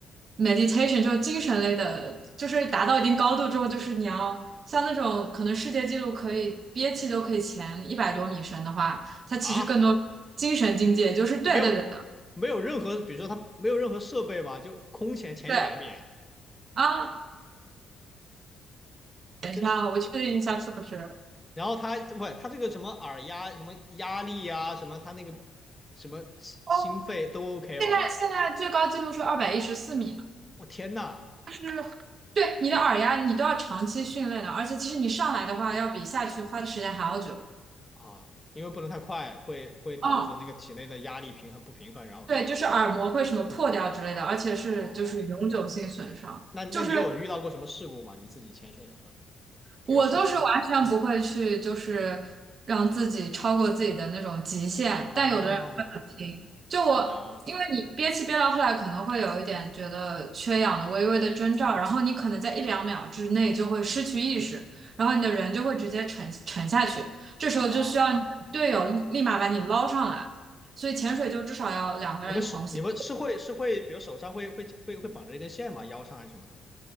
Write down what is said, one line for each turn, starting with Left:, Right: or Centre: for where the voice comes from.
Right: ，meditation，就是精神类的，就是达到一定高度之后，就是你要像那种可能世界纪录可以憋气都可以前一百多米深的话，它其实更多精神境界，
Left: 啊。
Right: 就是对对对
Left: 没有没有任何，比如说它没有任何设备吧，就空前前一百米，
Right: 对啊，等一下，
Left: 这
Right: 我确定一下是不是？
Left: 然后它不，它这个什么耳压、什么压力啊，什么它那个什么心心肺都
Right: 哦？
Left: OK
Right: 现在现在最高纪录是二百一十四米。
Left: 吗？我天呐
Right: 就是对你的耳压，你都要长期训练的，而且其实你上来的话，要比下去花的时间还要久。
Left: 啊，因为不能太快，会会导致那个体内的压力平衡不平衡，
Right: 嗯，
Left: 然后干嘛，
Right: 对，就是耳膜会什么破掉之类的，
Left: 对吧？
Right: 而且是就是永久性损伤。
Left: 哦，那那你有遇到过什么事故吗？
Right: 就是
Left: 你自己潜水的时候，比如受伤？
Right: 我都是完全不会去，就是让自己超过自己的那种极限，
Left: 哦
Right: 但有的人会很拼。就我，
Left: 啊
Right: 因为你憋气憋到后来，可能会有一点觉得缺氧的微微的征兆，然后你可能在一两秒之内就会失去意识，然后你的人就会直接沉沉下去。这时候就需要你的队友立马把你捞上来，
Left: 啊！
Right: 所以潜水就至少要两个人同行。
Left: 你们是你们是会是会，比如手上会会会会绑着一根线吗？腰上还是什么的？